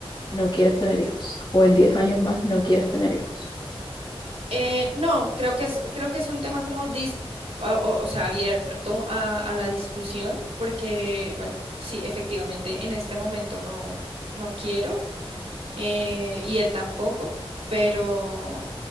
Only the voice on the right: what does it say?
Eh, no, creo que es, creo que es un tema como dis- a- o, o sea, abierto a, a la discusión, porque, bueno, sí, efectivamente, en este momento no, no quiero. eh, y él tampoco, pero